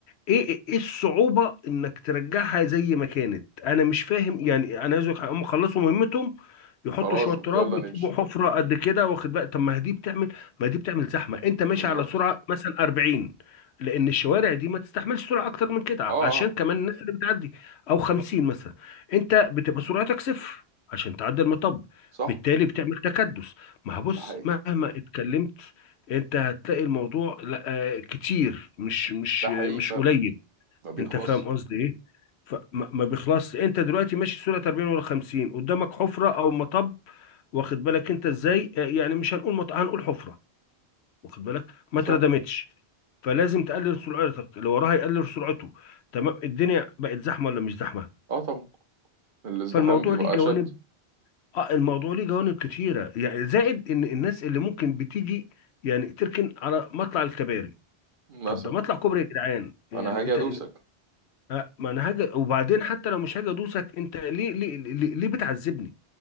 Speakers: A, on the left; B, on the right.
A: ايه ايه إيه الصعوبة انك ترجعها زي ما كانت انا مش فاهم يعني انا عايز أقولك حاجة، هم خلصوا مهمتهم يحطوا
B: خلاص
A: شوية
B: بقى،
A: تراب
B: يلا
A: ويسيبوا
B: نمشي
A: حفرة قد كده واخد بقى طب ما دي بتعمل ما دي بتعمل زحمة انت ماشي
B: بالظبط
A: على سرعة مثلا 40 لان الشوارع دي ما تستحملش سرعة اكتر من كده
B: اه
A: عشان
B: اه
A: كمان الناس اللي بتعدي او 50 مثلا انت بتبقى سرعتك صفر عشان تعدي المطب
B: صح
A: بالتالي بتعمل تكدس ما هبص
B: ده حقيقي
A: مهما اتكلمت انت هتلاقي الموضوع لا آه، كتير مش مش
B: ده حقيقي
A: مش
B: فعلا
A: قليل
B: ما بيخلص
A: انت فاهم قصدي ايه فما ما بيخلصش انت دلوقتي ماشي سورة 40 ولا 50 قدامك حفرة او مطب واخد بالك انت ازاي آه، يعني مش هنقول مط... هنقول حفرة واخد بالك ما
B: صح
A: اتردمتش فلازم تقلل سرعتك اللي وراها يقلل سرعته تمام الدنيا بقت زحمة ولا مش زحمة
B: اه طبعا الازدحام
A: فالموضوع
B: بيبقى
A: ليه جوانب
B: اشد
A: اه الموضوع ليه جوانب كتيرة يعني زائد ان الناس اللي ممكن بتيجي يعني تركن على مطلع الكباري
B: مثلا
A: طب ده مطلع كوبري يا جدعان يعني
B: انا هاجي
A: انت
B: ادوسك
A: آه، ما انا هاجي وبعدين حتى لو مش هاجي ادوسك انت ليه ليه ليه, ليه بتعذبني